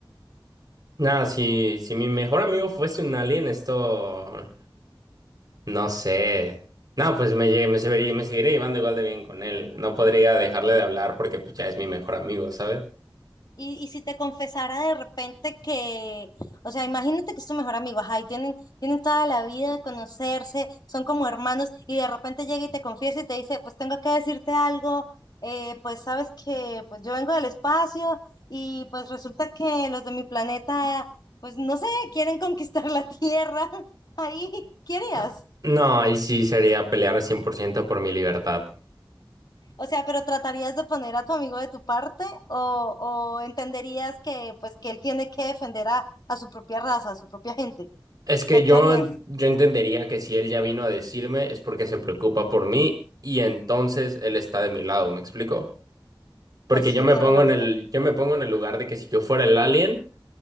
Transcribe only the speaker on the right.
No, si, si mi mejor amigo fuese un alien, esto no sé. No, pues me, llegué- me, seguiría, me seguiré llevando igual de bien con él. No podría dejarle de hablar porque pues ya es mi mejor amigo, ¿sabes?
Ah, No, ahí sí sería pelear cien por ciento por mi libertad.
Es que
yo,
yo entendería que si él ya vino a decirme es porque se preocupa por mí y entonces él está de mi lado, ¿me explico? Porque
yo me
pongo
en el, yo me pongo en el lugar de que si yo fuera el alien